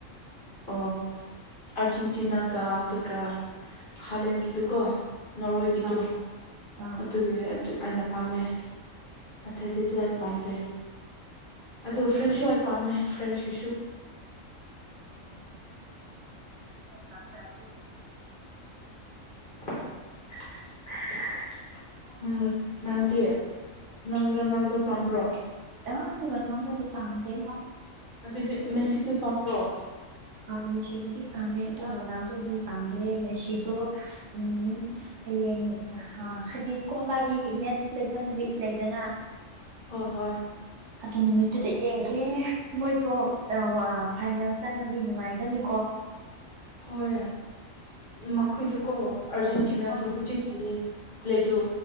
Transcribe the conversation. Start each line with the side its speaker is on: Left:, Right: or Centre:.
Left: ꯑ ꯑꯥꯔꯖꯦꯟꯇꯤꯅꯥꯒ ꯑꯗꯨꯒ ꯍꯥꯂꯦꯟꯒꯤꯗꯨꯀꯣ ꯅꯣꯔꯋꯦꯒꯤꯗꯨ
Right: ꯑꯥ ꯑꯥ
Left: ꯑꯗꯨꯒꯤ ꯑꯗꯨ ꯑꯩꯅ ꯄꯥꯝꯃꯦ ꯑꯇꯩ ꯑꯗꯨꯗꯤ ꯑꯩ ꯄꯥꯝꯗꯦ ꯑꯗꯨ
Right: ꯑ
Left: ꯐ꯭ꯔꯦꯟꯁꯨ
Right: ꯑ
Left: ꯄꯝꯃꯦ ꯐ꯭ꯔꯦꯁꯀꯤꯁꯨ
Right: ꯥ <unintelligible>
Left: <unintelligible> <unintelligible> ꯎꯝ ꯅꯥꯟꯗꯦ ꯅꯪ ꯔꯣꯅꯜꯗꯣ ꯄꯥꯝꯕ꯭ꯔꯣ
Right: ꯑ ꯔꯣꯅꯥꯜꯗꯣꯗꯤ ꯄꯥꯝꯗꯦ
Left: ꯑꯗꯨꯗꯤ ꯃꯦꯁꯤꯗꯣ ꯄꯥꯝꯕ꯭ꯔꯣ
Right: ꯑ ꯃꯦꯁꯤꯕꯨꯗꯤ ꯄꯥꯝꯃꯦ ꯑꯗꯣ ꯔꯣꯅꯥꯜꯗꯣꯗꯤ ꯄꯥꯝꯗꯦ ꯃꯦꯁꯤꯗꯣ ꯎꯝ ꯍꯌꯦꯡ ꯍꯥ ꯍꯥꯏꯗꯤ ꯀꯣ ꯃꯥꯒꯤ ꯃꯦꯠꯁ ꯂꯩꯕ ꯅꯨꯃꯤꯠ ꯂꯩꯗꯅ
Left: ꯍꯣꯏ ꯍꯣꯏ
Right: ꯑꯗꯨ ꯅꯨꯃꯤꯠꯇꯨꯗ ꯌꯦꯡꯒꯦ ꯃꯣꯏꯗꯣ ꯑ ꯋꯥ ꯐꯥꯏꯅꯦꯜ ꯆꯪꯉꯗꯤ ꯅꯨꯡꯉꯥꯏꯒꯅꯤꯀꯣ
Left: ꯍꯣꯏ ꯃꯈꯣꯏꯗꯨꯀꯣ ꯑꯥꯔꯖꯦꯟꯇꯤꯅꯥꯗꯨ
Right: ꯑꯥ
Left: ꯍꯧꯖꯤꯛꯇꯤ ꯄ꯭ꯂꯦꯗꯨ